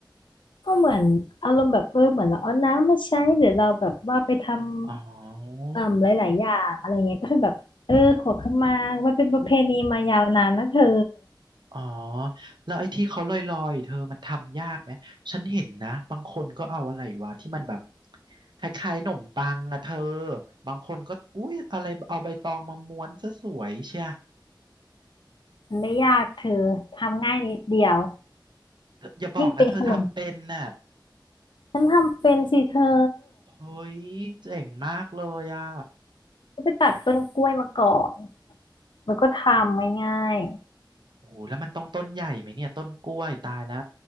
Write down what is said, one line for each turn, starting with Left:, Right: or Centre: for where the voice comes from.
Left: ก็เหมือนอารมณ์แบบเออเหมือนเราเอาน้ำมาใช้หรือเราแบบว่าไปท
Right: อ๋อ
Left: ำเอ่อหลายๆอย่างอะไรเงี้ยก็คือแบบเออขอขมามันเป็นประเพณีมายาวนานนะเธอ
Right: อ๋อแล้วไอ้ที่เขาลอยๆเธอมันทำยากไหมฉันเห็นนะบางคนก็เอาอะไรวะที่มันแบบคล้ายๆหนมปังอะเธอบางคนก็อุ้ยอะไรเอาใบตองมาม้วนซะสวยเชีย
Left: มันไม่ยากเธอทำง่ายนิดเดียว
Right: เธออย่าบอกนะเธอทำเป็นน่ะ
Left: ยิ่งเป็นขนมฉันทำเป็นสิเธอ
Right: เฮ้ยเจ๋งมากเลยอ่ะ
Left: ก็ไปตัดต้นกล้วยมาก่อนแล้วก็ทำง่าย
Right: โอ้โหแล้วมันต้องต้นใหญ่ไหมเนี่ยต้นกล้วยตายแล้ว